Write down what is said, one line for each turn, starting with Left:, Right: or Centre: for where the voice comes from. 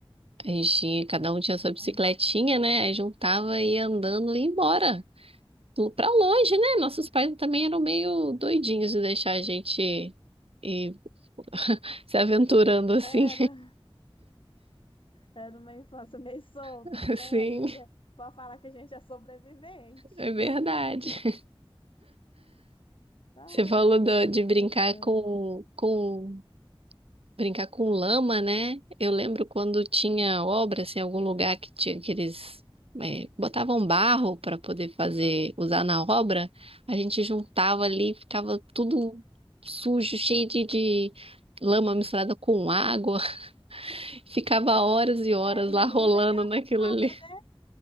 Right: A gente tinha, cada um tinha sua bicicletinha,
Left: É,
Right: né? Aí juntava e ia andando e ia embora. Lo- Pra longe, né? Nossos pais também eram meio doidinhos de deixar a gente ir <laughs> se aventurando assim.
Left: Era, era uma infância meio solta,
Right: <laughs>
Left: né?
Right: Sim,
Left: A gente é- pode falar que a gente é sobrevivente.
Right: é verdade.
Left: Ai,
Right: Você falou
Left: ai,
Right: do-
Left: eu fico
Right: de brincar
Left: pensando.
Right: com, com Brincar com lama, né? Eu lembro quando tinha obra, assim, em algum lugar que tinha aqueles. eh, botavam barro para poder fazer, usar na obra, a gente juntava ali, ficava tudo sujo, cheio de, de lama misturada com água, <laughs> ficava horas e horas
Left: É, e
Right: lá
Left: <laughs>
Right: rolando
Left: não pegava
Right: naquilo
Left: nada,
Right: ali.
Left: né?